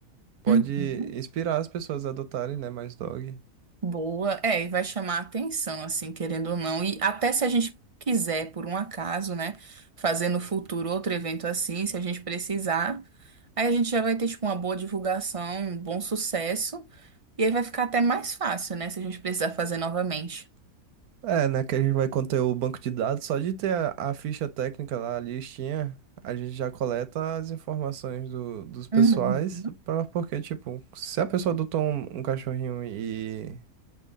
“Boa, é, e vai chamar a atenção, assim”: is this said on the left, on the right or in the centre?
Right